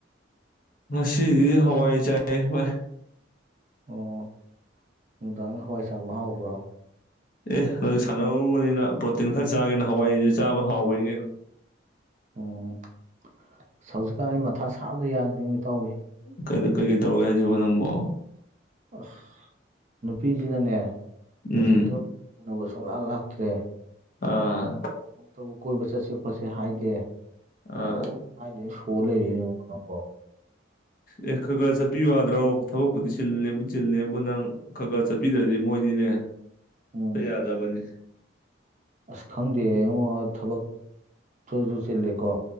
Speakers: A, on the left; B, on the right.
A: ꯉꯁꯤꯗꯤ ꯍꯋꯥꯏ ꯆꯥꯏꯌꯦ ꯕꯥꯏ
B: ꯑꯣ ꯅꯨꯡꯗꯥꯡꯗ ꯍꯋꯥꯏ ꯆꯥꯕ ꯍꯥꯎꯕ꯭ꯔꯣ
A: ꯑꯦ ꯑꯗꯨꯗꯤ ꯁꯥꯟꯅꯔꯕꯅꯤꯅ ꯄ꯭ꯔꯣꯇꯤꯟ ꯈꯔ ꯆꯥꯒꯦꯅ ꯍꯋꯥꯏꯁꯨ ꯆꯥꯕ ꯍꯥꯎꯕꯅꯤ ꯀꯩꯅꯣ
B: ꯎꯝ ꯑꯁ ꯍꯧꯖꯤꯛꯀꯥꯟ ꯑꯩ ꯃꯊꯥ ꯁꯥꯕꯗ ꯌꯥꯗ꯭ꯔꯤꯉꯣ ꯢꯇꯥꯎꯕꯤ
A: ꯀꯩ ꯀꯩ ꯇꯧꯔꯒꯦ ꯍꯥꯏꯁꯤꯕꯣ ꯅꯪꯕꯨ
B: ꯑꯁ ꯅꯨꯄꯤꯁꯤꯅꯅꯦ ꯅꯨꯡꯁꯤꯗ
A: ꯎꯝ
B: ꯎꯅꯕꯨ ꯁꯨꯡꯂꯥꯛ ꯂꯥꯛꯇ꯭ꯔꯦ
A: ꯑꯥ
B: ꯇ ꯀꯣꯏꯕ ꯆꯠꯁꯤ ꯈꯣꯠꯁꯤ ꯍꯥꯏꯗꯦ
A: ꯑꯥ
B: ꯑꯗꯨꯝ ꯍꯥꯏꯗꯦ ꯁꯣꯜ ꯂꯩꯔꯦꯅꯦ ꯅꯪꯕꯨ
A: ꯑꯦ ꯈꯔ ꯈꯔ ꯆꯠꯄꯤꯌꯨ ꯌꯥꯗ꯭ꯔꯣ ꯊꯕꯛꯄꯨꯗꯤ ꯆꯤꯜꯂꯦꯕꯨ ꯆꯤꯜꯂꯦꯕꯨ ꯅꯪ ꯈꯔ ꯈꯔ ꯆꯠꯄꯤꯗ꯭ꯔꯗꯤ ꯃꯣꯏꯗꯤꯅꯦ
B: ꯎꯝ
A: ꯌꯥꯗꯕꯅꯤ
B: ꯑꯁ ꯈꯪꯗꯦꯉꯣ ꯊꯕꯛꯇꯁꯨ ꯆꯤꯜꯂꯦꯀꯣ